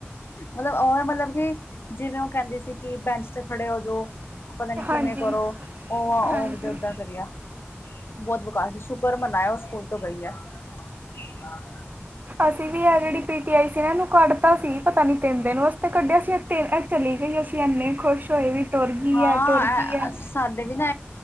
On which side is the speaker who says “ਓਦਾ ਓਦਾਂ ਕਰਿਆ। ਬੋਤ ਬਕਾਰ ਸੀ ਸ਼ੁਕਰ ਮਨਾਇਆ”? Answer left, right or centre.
Left